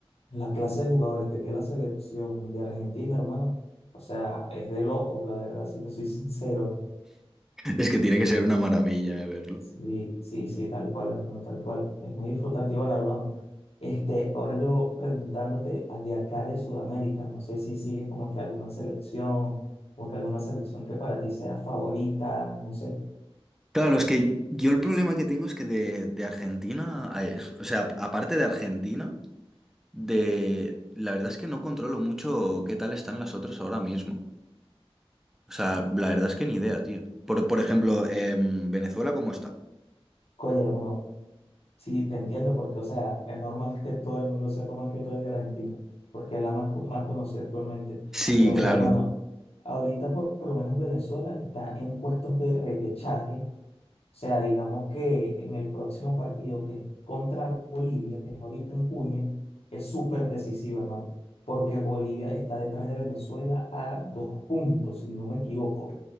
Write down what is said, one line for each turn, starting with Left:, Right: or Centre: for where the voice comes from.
Left: la clase de jugadores que tiene la selección de Argentina, hermano. O sea, es de locos, la verdad, si te soy <laughs> sincero.
Centre: Es que tiene que ser una maravilla, eh, verlo.
Left: Sí, sí, sí, tal cual, hermano, tal cual. Es muy disfrutante. Y bueno, hermano, este, ahora yo preguntándote a- de acá de Sudamérica, no sé si sigues como que alguna selección, como que alguna selección que para ti sea favorita, no sé.
Centre: Claro, es que yo el problema que tengo es que de, de Argentina, ay, o sea, aparte de Argentina, de la verdad es que no controlo mucho qué tal están las otras ahora mismo. O sea, la verdad es que ni idea, tío. Por, por ejemplo, em, Venezuela, ¿cómo está?
Left: Oye, hermano, sí, te entiendo porque, o sea, es normal que todo el mundo sepa más que todo de Argentina, porque es la más, co- más conocida actualmente.
Centre: Sí,
Left: Pero bueno,
Centre: claro.
Left: hermano, ahorita por por lo menos Venezuela está en puestos de repechaje sea, digamos que en el próximo partido, que es contra Bolivia, que es ahorita en junio, es súper decisivo, hermano, porque Bolivia está detrás de Venezuela a dos puntos, si no me equivoco.